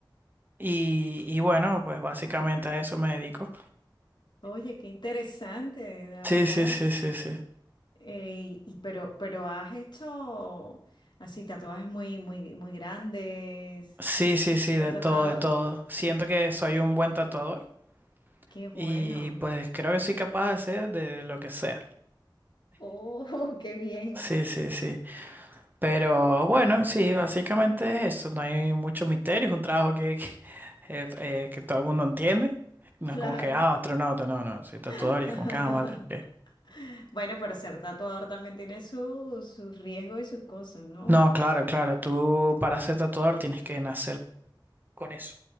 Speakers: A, on the right (about 25°); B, on the left (about 65°).
A: y, y bueno, pues básicamente a eso me dedico.
B: oye, qué interesante, la
A: Sí,
B: verdad.
A: sí, sí, sí, sí.
B: Eh, y pero, pero has hecho así tatuajes muy, muy, muy grandes.
A: Sí, sí, sí,
B: Te
A: de
B: ha tocado.
A: todo, de todo. Siento que soy un buen tatuador
B: Qué bueno.
A: y pues creo que soy capaz de hacer de lo que sea.
B: Oh, <laughs> qué bien.
A: Sí, sí, sí. Pero bueno, sí, básicamente es eso, no hay mucho misterio, es un trabajo que, que, eh, eh, que todo el mundo entiende. No
B: Claro.
A: es como que, ah, astronauta, no, no, soy tatuador
B: <laughs>
A: y es como que, ah, vale. ok.
B: Bueno, pero ser tatuador también tiene su, su riesgo y sus cosas, ¿no?
A: No,
B: Porque,
A: claro, claro, tú para ser tatuador tienes que nacer con eso.